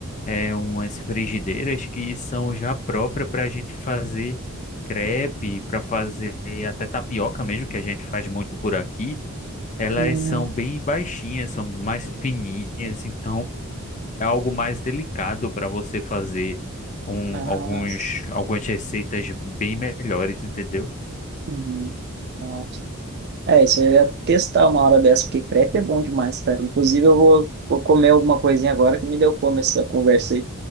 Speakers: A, on the left (about 35°); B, on the right (about 50°).
A: é, umas frigideiras que são já próprias para a gente fazer crepe, para fazer até tapioca mesmo, que a gente faz muito por aqui. Elas
B: Hum,
A: são bem baixinhas, são mais fininhas, então é algo mais delicado para você fazer um,
B: nossa.
A: alguns algumas receitas bem melhores, entendeu?
B: Hum, nossa. É, isso aí eu ia testar uma hora dessa, porque crepe é bom demais, cara. Inclusive, eu vou, vou comer alguma coisinha agora que me deu fome essa conversa aí.